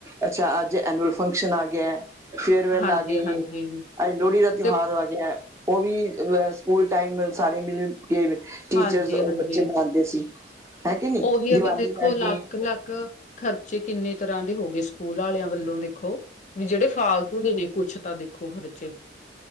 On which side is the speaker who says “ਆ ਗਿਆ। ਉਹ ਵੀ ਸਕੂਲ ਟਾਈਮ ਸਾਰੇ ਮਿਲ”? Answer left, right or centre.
Right